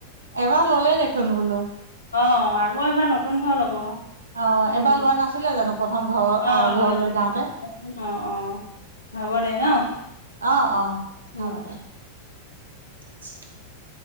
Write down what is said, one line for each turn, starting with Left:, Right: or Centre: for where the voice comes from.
Right: এবাৰ ল'লে দেখোন বোলো
Left: অ আকৌ এবাৰ নতুন ঘৰ ল'ব উম
Right: অ', এবাৰ লোৱা নাছিলে জানো প্ৰথম ঘৰৰ
Left: অ
Right: আ ঘৰলৈ
Left: লৈছিল
Right: যাওঁতে?
Left: অ অ হ'ব দেই ন
Right: অ অ
Left: উম।
Right: হব দে <unintelligible>